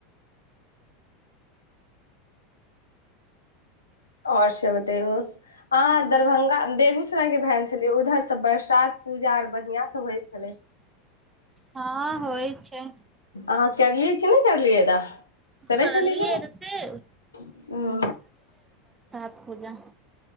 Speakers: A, on the left (about 85°); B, on the right (about 20°).
A: आओर से बतैयो हाँ दरभंगा बेगूसरायके भेल छलियै उधर तऽ बरसात पूजा आर बढ़िआँ सँ होइ छलै
B: हँ होइ छै
A: अह करलियै कि नहि करलियै रहै करै
B: करलियै
A: छलिए कि नइ
B: रे से पुजा